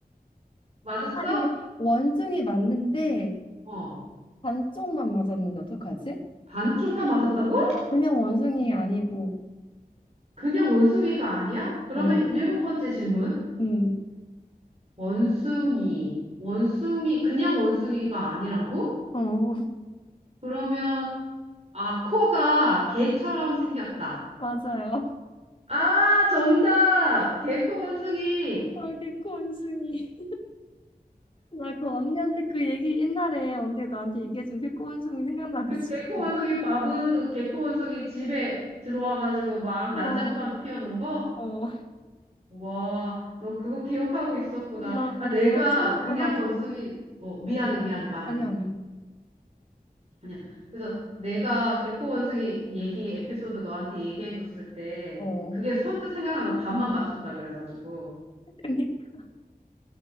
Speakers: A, on the right; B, on the left.
A: 맞았어?
B: 아, 근데 원숭이 맞는데
A: 어,
B: 반쪽만 맞았는데 어떡하지?
A: 반쪽만 맞았다고?
B: 어, 그냥 원숭이 아니고,
A: 그냥 원숭이가 아니야? 그러면
B: 어,
A: 일곱 번째 질문.
B: 음,
A: 원숭이, 원숭이, 그냥 원숭이가 아니라고?
B: 어, <laughs>
A: 그러면 아, 코가 개처럼 생겼다.
B: 맞아요.
A: 아, 정답! 개코 원숭이!
B: 아, 개코 원숭이. 나 그 언니한테 그 얘기 옛날에 언니가 나한테 얘기해준 그꼬숭이 생각나가지고.
A: 그 개코 원숭이 밥은 그 개코 원숭이 집에 들어와가지고 막
B: 어,
A: 난장판 피워놓은 거?
B: 어. 아,
A: 와, 너 그거 기억하고 있었구나.
B: 나 그거
A: 아, 내가
B: 너무 충격받아서.
A: 그냥 원숭이, 어, 미안해, 미안해, 말해.
B: 아니, 아니요.
A: 그냥, 그래서 내가 개코 원숭이 얘기, 에피소드 너한테 얘기해줬을 때,
B: 어.
A: 그게 선뜻 생각난 거 반만 맞췄다 그래가지고.
B: 그니까.